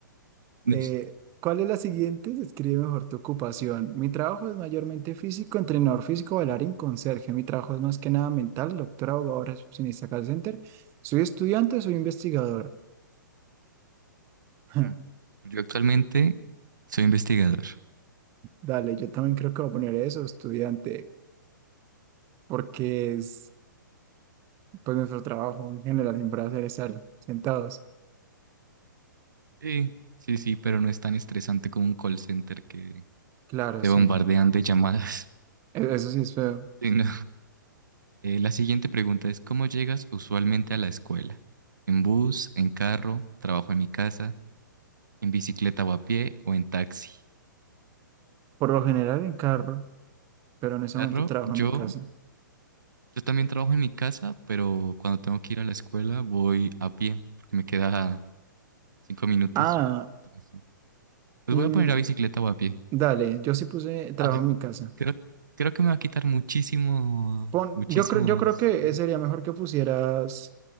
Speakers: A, on the right (about 70°); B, on the right (about 25°).
A: Yes.
B: Eh, ¿cuál es la siguiente? Describe mejor tu ocupación. Mi trabajo es mayormente físico, entrenador físico, bailarín, conserje. Mi trabajo es más que nada mental, doctor, abogado, recepcionista, call center. Soy estudiante, soy investigador. <laughs>
A: Ah. Yo actualmente soy investigador.
B: Dale, yo también creo que voy a poner eso, estudiante, porque es pues nuestro trabajo en general siempre va a ser estar sentados.
A: Sí, sí, sí, pero no es tan estresante como un call center que
B: Claro,
A: te
B: sí.
A: bombardean de llamadas. <laughs>
B: E- Eso sí es feo.
A: Sí, no. Eh, la siguiente pregunta es, ¿cómo llegas usualmente a la escuela? ¿En bus, en carro, trabajo en mi casa, en bicicleta o a pie o en taxi?
B: Por lo general en carro, pero en ese
A: Carro,
B: momento trabajo
A: yo,
B: en mi casa.
A: yo también trabajo en mi casa, pero cuando tengo que ir a la escuela voy a pie, porque me queda cinco minutos.
B: Ah,
A: Entonces, pues
B: mm,
A: voy a poner a bicicleta o a pie.
B: dale, yo sí puse trabajo
A: Aunque
B: en mi casa.
A: Creo, creo que me va a quitar muchísimo,
B: Pon,
A: muchísimos,
B: yo creo, yo creo que
A: muchísimos
B: sería mejor que pusieras